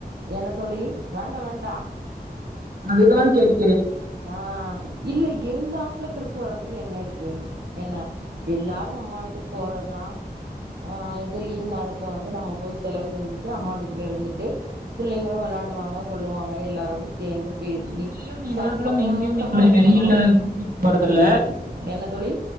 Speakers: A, on the right; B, on the right.
A: என்ன தோழி வேண்டா வேண்டா
B: அதுதான் கேக்
A: ஆ இல்ல இருந்தாப்ல கிருக் வர்ரதுக்கு என்ன இருக்கு என்ன எல்லாரும் அம்மா வீட்டுக்கு போறதுதான் ஆ இது லீவ் நேரத் ல வந்து நம்ம போய் செலவு செஞ்சுட்டு அம்மா வீட்டுல இருந்துட்டு பிள்ளைங்களும் விளையாடுவாங்க கொல்லுவாங்க எல்லாரோடையும் சேந்து பேசி
B: எங்கேயும் இவர்களும்
A: சந்தோஷமா
B: எங்கேயும் எங்களை
A: இருக்கணு
B: வெளியில கூட்டிட்டு போறதில்ல
A: என்ன தோ என்ன தோழி